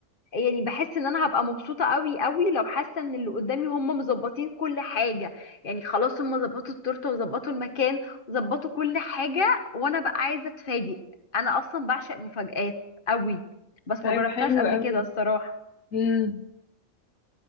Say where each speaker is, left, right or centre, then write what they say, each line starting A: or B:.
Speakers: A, on the left; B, on the left.
A: يعني بحس ان انا هبقى مبسوطه قوي قوي لو حاسه ان اللي قدامي هم مظبطين كل حاجه يعني خلاص هم ظبطوا التورته وظبطوا المكان وظبطوا كل حاجه وانا بقى عايزه اتفاجئ انا اصلا بعشق المفاجآت قوي بس
B: طيب
A: ما جربتهاش
B: حلو
A: قبل
B: قوي
A: كده الصراحه
B: امم